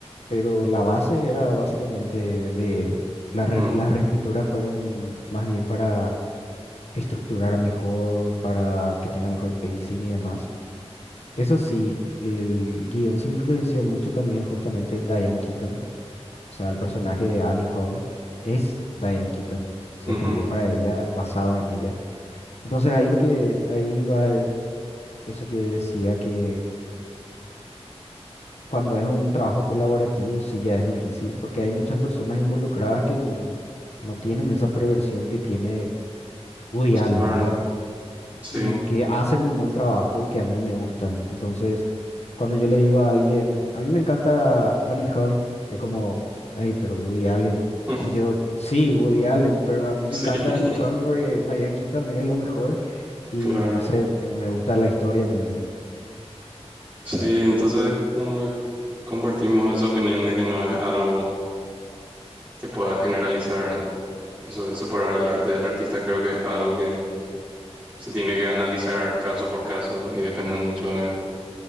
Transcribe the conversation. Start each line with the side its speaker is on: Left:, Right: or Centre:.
Left: pero la base era básicamente de él. Las
Right: No.
Left: re- las reescrituras fueron más bien para estructurar mejor, para que tenga mejor pacing y demás. Eso sí, el guión se influenció mucho también justamente en Diane Keaton, o sea, el personaje de Annie Hall es Diane Keaton, se
Right: Ujú,
Left: escribió para ella, basado en ella. Entonces ahí lo que ahí va eso que decía que cuando es un trabajo colaborativo sí ya es difícil porque hay muchas personas involucradas que n- no tienen esa preversión que tiene Woody Allen,
Right: claro,
Left: ¿verdad?
Right: sí,
Left: Y que hacen un buen trabajo y que a mí me gustan. Entonces, cuando yo le digo a alguien, a mí me encanta Annie Hall, es como, hey, pero Woody Allen.
Right: <laughs>
Left: Y yo, sí, Woody Allen, pero a mí
Right: sí,
Left: me encanta
Right: <laughs>
Left: Annie Hall porque Diane Keaton es lo mejor y
Right: claro.
Left: no sé, me, me gusta la historia también.
Right: Sí, entonces como que convertimos esa opinión de que no es algo que pueda generalizar, eso de separar el arte del artista, creo que es algo que se tiene que analizar caso por caso y depende mucho de